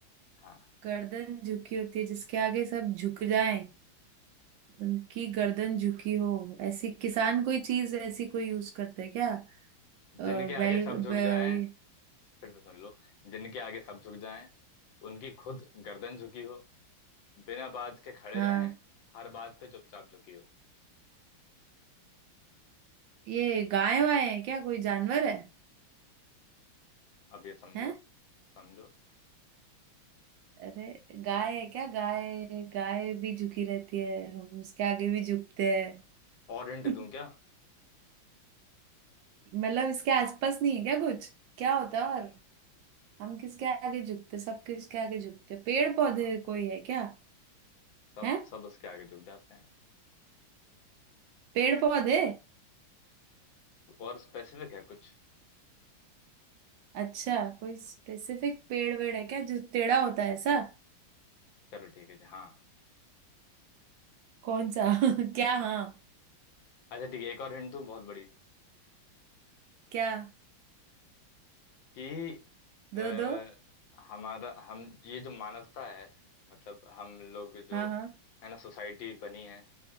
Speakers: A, on the left (about 70°); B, on the right (about 75°).
A: हाँ
B: गर्दन झुकी होती है जिसके आगे सब झुक जाएं उनकी गर्दन झुकी हो ऐसी किसान कोई चीज ऐसी कोई यूज करते हैं क्या अ,
A: जिनके आगे
B: बैल
A: सब
B: बै,
A: झुक जाएं फिर से सुन लो जिनके आगे सब झुक जाएं उनकी खुद गर्दन झुकी हो बिना बात के खड़े
B: हाँ
A: रहें हर बात पे चुपचाप झुकी हो
B: ये गाय वाय है क्या कोई जानवर है
A: अब ये समझो
B: हैं
A: समझो
B: अरे गाय है क्या गाय गाय भी झुकी रहती है हम उसके आगे भी झुकते हैं
A: और हिंट दूं
B: <laughs>
A: क्या
B: मतलब इसके आसपास नहीं है क्या कुछ क्या होता है और हम किसके आगे झुकते सब किसके आगे झुकते पेड़ पौधे
A: हाँ
B: कोई है क्या
A: सब
B: है
A: सब उसके आगे झुक जाते हैं
B: पेड़ पौधे
A: और स्पेसिफिक है कुछ
B: अच्छा कोई स्पेसिफिक पेड़ वेड़ है क्या जो टेढ़ा होता है ऐसा
A: चलो ठीक है जी हाँ
B: कौन सा <laughs> क्या हाँ
A: अच्छा ठीक है एक और हिंट दूं बहुत बड़ी
B: क्या
A: कि अ,
B: दो दो
A: हमारा हम ये जो मानवता है मतलब हम लोग जो
B: हाँ हाँ
A: है ना सोसाइटी बनी है